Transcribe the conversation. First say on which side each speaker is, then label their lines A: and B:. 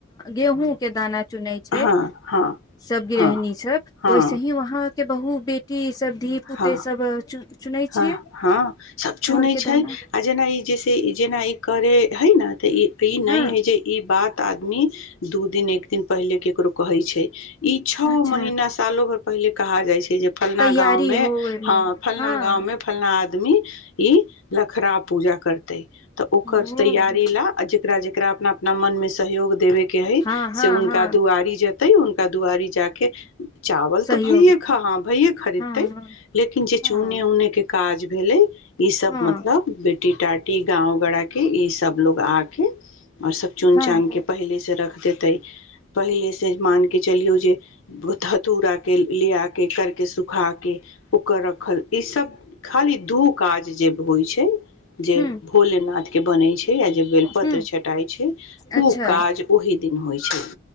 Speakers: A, on the left; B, on the left.
A: गेहूँ के दाना चुनै छै
B: हँ हँ
A: सब गृहिणी
B: हँ
A: सब
B: हँ
A: वैसे ही वहाँके बहुू बेटी सब धी पुते
B: हँ
A: सब चुनै छियै
B: हँ हँ सभ
A: चाउर
B: चुनैत
A: के
B: छै
A: दाना
B: आ जेना ई जैसे जेना ई करे हइ ने तऽ ई ई नहि
A: हँ
B: हय जे ई बात आदमी दू दिन एक दिन पहिले केकरो कहै छै ई छओ
A: अच्छा
B: महीना सालो भरि पहिले कहा जाइ छै फलना
A: तैयारी
B: गाँंव मे
A: हो ओहिमे
B: ह फ
A: हँ
B: गाँव मे फलना आदमी ई लखड़ पूजा करत त त ओकर
A: ओ
B: तैयारी लए अज रा जेकरा अपना अप न मन मे सहयोग देबे के है
A: हँ हँ
B: से हुनका
A: हँ
B: दुआरि जेते हुनका दुआरी ज के चावल
A: सहयोग
B: तऽ भइे ह भैे खरीदते
A: हँ हँ
B: लेकिन जे
A: हँ
B: उने उने के काज भेलै ई सब
A: हँ
B: मतलब बेटी टाटी गाव गड़ा के इ सब लोग आके और सब चून
A: हँ
B: चाान के पहले से रख देते पहिले से मान के चलियौ जे कथूरा के लेिया के कर के सुखा के ओकर रखल ई सब खाली दू काज जे होइ छै जे
A: ह
B: भोलेनाथ के बनै छै य जे बेलपत्र
A: ह
B: छटाइ छै ओ
A: अच्छा
B: काज ओहि दिन होइ छै <unintelligible>